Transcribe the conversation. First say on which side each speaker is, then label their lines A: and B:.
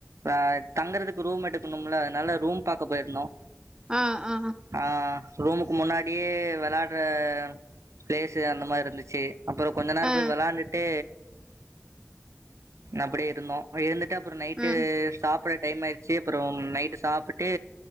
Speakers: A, on the right (about 85°); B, on the right (about 15°).
A: அ தங்கறதுக்கு ரூம் எடுக்குணும்ல அதனால ரூம் பாக்க போயிருந்தோ
B: ஆ ஆ
A: ஆ ரூம்க் முன்னாடியே வெளாட்ற ப்ளேசு அந்த மாரி இருந்துச்சு அப்பற கொஞ்ச நேர
B: ஆ
A: போயி வெளாண்டுட்டு அப்படியே ருந்தோ இருந்துட்டு அப் புற நைட்டு
B: ம்
A: சாப்புட டைம் ஆயிருச்சு அப்பறோ நைட்டு சாப்புட்டு